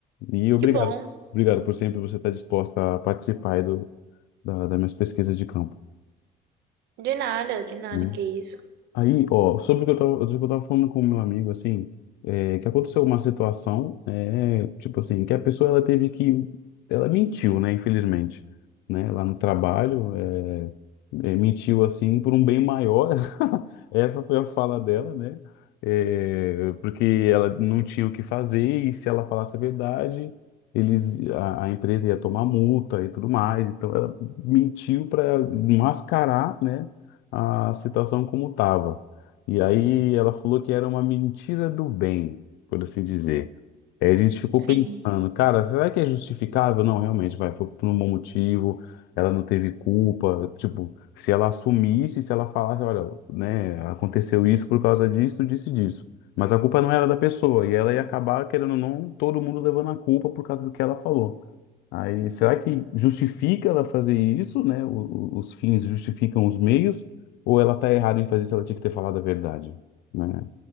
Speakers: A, on the left; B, on the right.
A: E obrigado,
B: Que bom.
A: obrigado por sempre você estar disposta a participar aí do da, das minhas pesquisas de campo,
B: De nada, de nada,
A: né?
B: que isso.
A: Aí, ó, sobre o que eu tava, sobre o que eu tava falando com o meu amigo, assim, é, que aconteceu uma situação, é, tipo assim, que a pessoa, ela teve que, ela mentiu, né, infelizmente, né, lá no trabalho, é, é, mentiu, assim, por um bem maior, <laughs> essa foi a fala dela, né, é, porque ela não tinha o que fazer e se ela falasse a verdade, eles, a, a empresa ia tomar multa e tudo mais, então ela mentiu para mascarar, né, a situação como estava. E aí ela falou que era uma mentira do bem, por assim dizer. Aí a gente ficou
B: Sim.
A: pensando, cara, será que é justificável? Não, realmente, vai, foi por um bom motivo, ela não teve culpa. Tipo, se ela assumisse, se ela falasse, olha, né, aconteceu isso por causa disso, disso e disso. Mas a culpa não era da pessoa, e ela ia acabar, querendo ou não, todo mundo levando a culpa por causa do que ela falou. Aí, será que justifica ela fazer isso, né? O- o- os fins justificam os meios, ou ela está errada em fazer isso, ela tinha que ter falado a verdade, né?